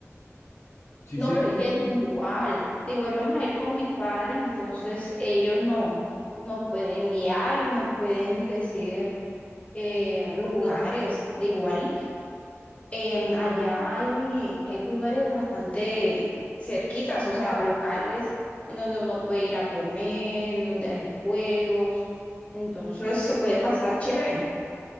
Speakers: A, on the left; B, on the left.
A: Sí
B: No,
A: sé
B: pero
A: que,
B: es que digo, igual, de igual vamos a ir con mis padres, entonces ellos no, nos pueden guiar y nos pueden decir eh, lugares. De igual Em, allá hay, hay lugares bastante cerquitas, o sea, locales en donde uno puede ir a comer, en donde hay juegos, entonces se puede pasar chévere.